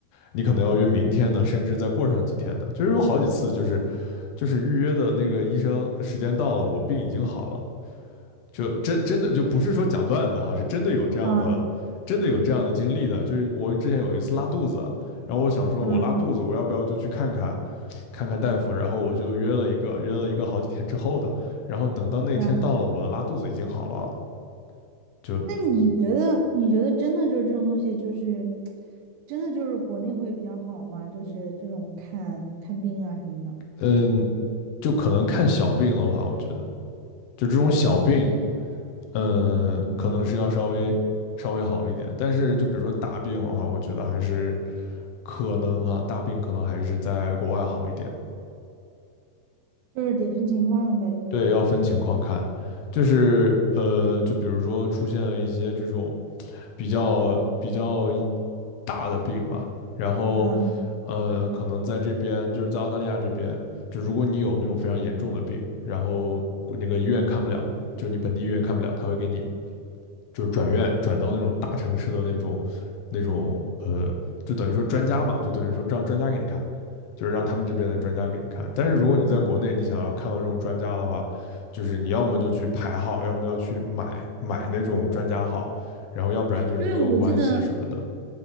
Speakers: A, on the left; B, on the right.
A: 你可能要约明天的，甚至再过上几天的，就是有好几次就是。就是预约的那个医生时间到了，我病已经好了，就真真的就不是说讲段子哈，是真的有这样的，
B: 啊
A: 真的有这样的经历的。就是我之前有一次拉肚子，然后我想说我拉肚子，
B: 啊，
A: 我要不要就去看看看看大夫？然后我就约了一个约了一个好几天之后的，然后等到那天到了，
B: 对啊。
A: 我的拉肚子已经好了，就
B: 那你觉得你觉得真的就是这种东西，就是真的就是国内会比较好吗？就是这种看看病啊什么的。
A: 嗯，就可能看小病的话，我觉得就这种小病，嗯，
B: 嗯
A: 可能是要稍微稍微好一点，但是就比如说大病的话，我觉得还是。可能啊，大病可能还是在国外好一点。
B: 就是得分情况呗，就是，
A: 对，要分情况看，就是呃，就比如说出现了一些这种比较比较大的病吧，然后呃，
B: 嗯，
A: 可能在这边就是在澳大利亚这边，就如果你有那种非常严重的病，然后那个医院看不了，就是你本地医院看不了，他会给你就是转院转到那种大城市的那种那种呃，就等于说专家嘛，就等于说让专家给你看，就是让他们这边的专家给你看。但是如果你在国内，你想要看到这种专家的话，就是你要么就去排号，要么要去买买那种专家号，然后要不然就是你有关系什么的。
B: 因为我记嗯得，